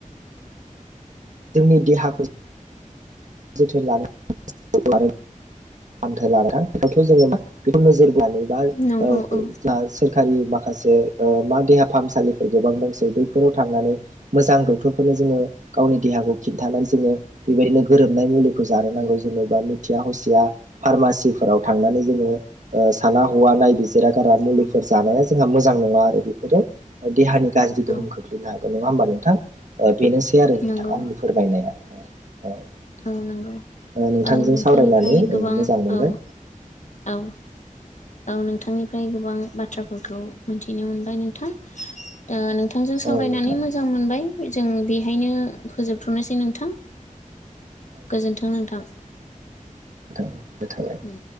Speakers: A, on the right; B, on the left.
A: जोंनि देहाखौ जोथोन लानो <unintelligible> फाहामथाय लां बेथ' जोङो मा बेखौ नोजोर बोनै बा
B: नंगौ
A: जोंङो
B: औ
A: सोरखारि माखासे माखासे मा देहा फाहामसालिफोर गोबां दंसै बैफोराव थांनानै मोजां डक्टरफोरनो जोङो गावनि देहाखौ खिन्थानानो सोलों बेबायदिनो गोरोबनाय मुलिखौ जानो
B: उम
A: नांगौ जेनबा मिथिया हसिया फार्मासिफोराव थांनानै जोङो साना हौवा नायबिजिरा गारा मुलिफोर
B: औ
A: जानाया जोंहा मोजां नङा आरो बेफोरो देहानि गाज्रि गोहोम
B: औ
A: खोख्लैनो हागोन नङा हबा नोंथां बेनोसै आरो नोंथां
B: नंगौ
A: आंनि फोरमायनाया औ
B: औ नंगौ
A: ओ नोंथांजों
B: औ नोंथांनिफ्राय
A: सावरायनानै
B: गोबां
A: ओ मोजां मोनबाय
B: औ औ औ नोंथांनिफ्राय गोबां बाथ्राफोरखौ मिथिनो मोनबाय नोंथां ओ नों थांजों सावरायनानै
A: औ नोंथां
B: मोजां मोनबाय जों बेहायनो फोजोबथनोसै नोंथां। गोजोन्थों नोंथां
A: थां थाबाय
B: उम